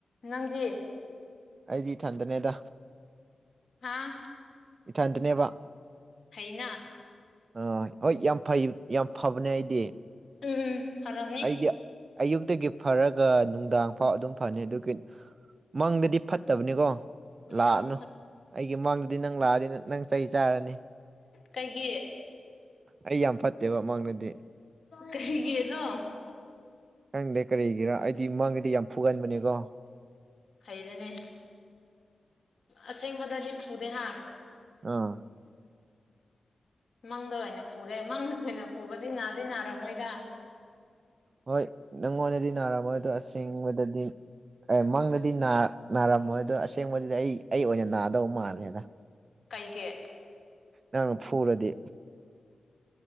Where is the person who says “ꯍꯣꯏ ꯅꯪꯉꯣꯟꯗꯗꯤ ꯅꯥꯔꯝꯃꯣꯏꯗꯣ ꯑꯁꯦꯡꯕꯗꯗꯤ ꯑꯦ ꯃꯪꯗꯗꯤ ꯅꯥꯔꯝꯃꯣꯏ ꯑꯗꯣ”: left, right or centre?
Right